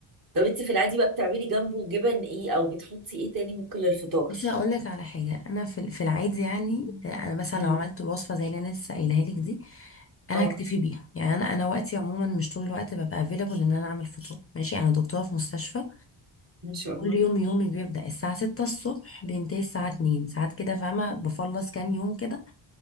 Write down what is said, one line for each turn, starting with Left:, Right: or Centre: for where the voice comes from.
Right: طب انت في العادي بقى بتعملي جنبه جبن ايه او بتحطي ايه تاني ممكن للفطار
Left: بصي هقول لك على حاجه انا في ال- في العادي يعني انا مثلا
Right: مم.
Left: لو عملت الوصفه زي اللي انا لسه قايلها لك دي انا
Right: اه
Left: هكتفي بيها يعني انا انا وقتي عموما مش طول الوقت ببقى افيلابل ان انا اعمل فطور ماشي انا دكتوره في مستشفى
Right: ما شاء
Left: كل
Right: الله
Left: يوم يومي بيبدا الساعه 6 الصبح بينتهي الساعه 2 ساعات كده فاهمه بخلص كام يوم كده